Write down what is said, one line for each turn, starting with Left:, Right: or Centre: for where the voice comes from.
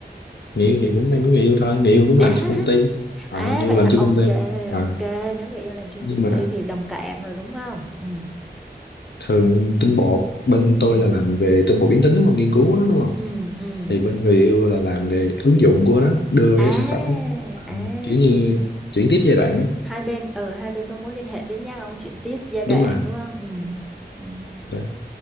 Left: người yêu thì cũng đang có người yêu thôi người yêu cũng
Centre: <laughs>
Left: làm cho công ty à,
Centre: à
Left: người
Centre: vậy
Left: yêu làm
Centre: hả
Left: cho
Centre: ok
Left: công ty à,
Centre: ok nếu người yêu làm chung
Left: nhưng
Centre: công
Left: mà
Centre: ty thì đồng cảm rồi đúng không ừ
Left: thường tinh bột bên
Centre: ừ
Left: tôi là làm về tinh bột biến tính đúng không nghiên cứu đó đúng không
Centre: ừ ừ
Left: thì bên người yêu là làm về ứng dụng của nó đưa
Centre: à
Left: cái sản phẩm à,
Centre: à
Left: kiểu như chuyển tiếp giai đoạn á
Centre: hai bên ừ hai bên có muốn liên hệ với nhau chuyển tiếp giai đoạn
Left: đúng rồi
Centre: đúng không ừ ừ
Left: đấy